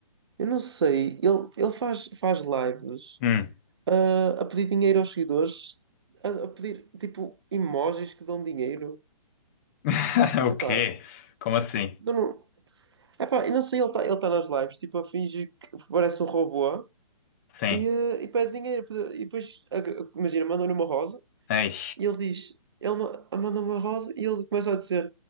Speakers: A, on the right; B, on the left.
A: Eu não sei, ele, ele faz, faz lives
B: Hum.
A: ah, a pedir dinheiro aos seguidores, a, a pedir tipo emojis que dão dinheiro.
B: <laughs> O
A: Epá,
B: quê? Como assim?
A: eu não, epá, eu não sei, ele está ele tá nas lives tipo a fingir que parece um robô
B: Sim.
A: e, ah, e pede dinheiro. E depois, ah, imagina, mandam-lhe uma rosa.
B: Ei.
A: E ele diz, ele, ma- manda-me a Rose e ele começa a dizer